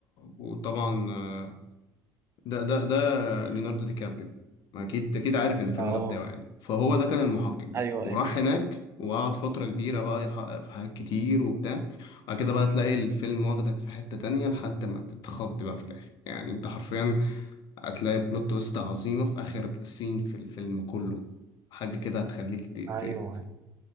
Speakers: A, on the left (about 60°); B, on the right (about 30°).
A: وطبعا آه، ده ده ده ليوناردو دي كابريو ما اكيد اكيد عارف ان الفيلم
B: اه
A: ده بتاعه يعني فهو ده كان المحقق ده
B: ايوه
A: وراح
B: ايوه
A: هناك وقعد فترة كبيرة بقى يحقق في حاجات كتير وبتاع وبعد كده بقى تلاقي الفيلم واخدك في حتة تانية لحد ما تتخض بقى في الآخر يعني انت حرفيا هتلاقي بلوت تويست عظيمة في آخر سين في الفيلم كله حاجة كده هتخليك ت-
B: ايوه
A: ت-